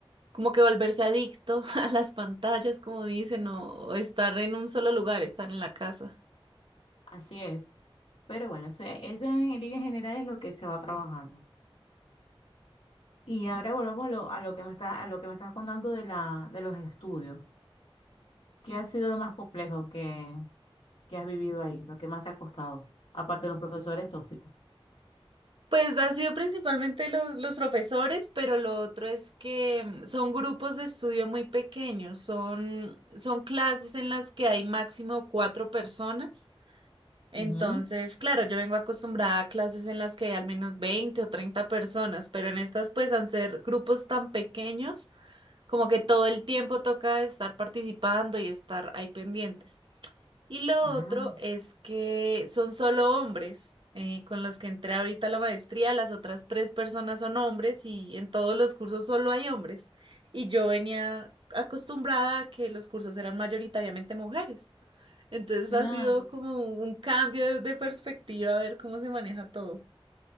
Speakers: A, on the right; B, on the left.
A: como que volverse adicto <laughs> a las pantallas, como dicen, o, o estar en un solo lugar, estar en la casa.
B: Así es. Pero bueno, eso, eso en líneas generales es lo que se va trabajando. Y ahora volvamos lo- a lo que me estás, a lo que me estás contando de la, de los estudios. ¿Qué ha sido lo más complejo que, que has vivido ahí? Lo que más te ha costado, aparte de los profesores tóxicos.
A: Pues ha sido principalmente los, los profesores, pero lo otro es que mm, son grupos de estudio muy pequeños, son, son clases en las que hay máximo cuatro personas. Entonces,
B: Ujú.
A: claro, yo vengo acostumbrada a clases en las que hay al menos 20 o 30 personas, pero en estas pues al ser grupos tan pequeños, como que todo el tiempo toca estar participando y estar ahí pendientes. Y lo
B: Ajá.
A: otro es que son solo hombres eh, con los que entré ahorita a la maestría, las otras tres personas son hombres y en todos los cursos solo hay hombres. Y yo venía acostumbrada a que los cursos eran mayoritariamente mujeres. Entonces
B: Claro.
A: ha sido como un cambio de, de perspectiva a ver cómo se maneja todo.